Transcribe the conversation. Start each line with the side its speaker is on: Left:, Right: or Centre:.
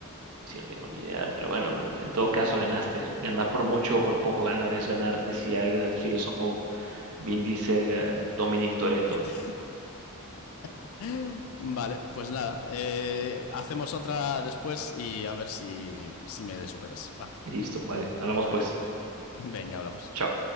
Right: Sí, no tengo ni idea, pero bueno, en todo caso ganaste. Ganar por mucho o por poco ganar es ganar, decía el gran filósofo Vin Diesel, eh, Dominic Toretto.
Left: 20. <laughs> Vale, pues nada, eh, hacemos otra después y a ver si, si me superas. Va,
Right: Listo, vale. Hablamos pues.
Left: venga, hablamos.
Right: Chao.